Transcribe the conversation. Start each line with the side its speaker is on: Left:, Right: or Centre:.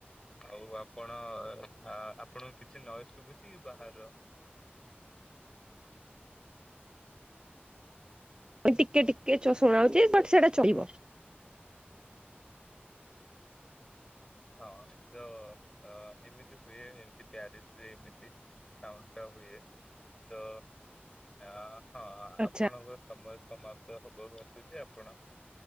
Left: ଆଉ ଆପଣ ଏ ଆ ଆପଣଙ୍କୁ କିଛି ନଏସ୍ ଶୁଭୁଛି ବାହାର?
Right: ଟିକେ ଟିକେ ଚ ଶୁଣାହୋଉଛି ବଟ୍ ସେଟା ଚଳିବ।
Left: ହଁ ତ ଅ ଏମିତି ହୁଏ ଏମିତି ପ୍ୟାରିସ୍ ରେ ଏମତି ସାଉଣ୍ଡ ଟା ହୁଏ ତ ଆ ହଁ ଆପଣଙ୍କ
Right: ଆଚ୍ଛା।
Left: ସମସ୍ ସମାପ୍ତ ହବାକୁ ଆସୁଛି ଆପଣ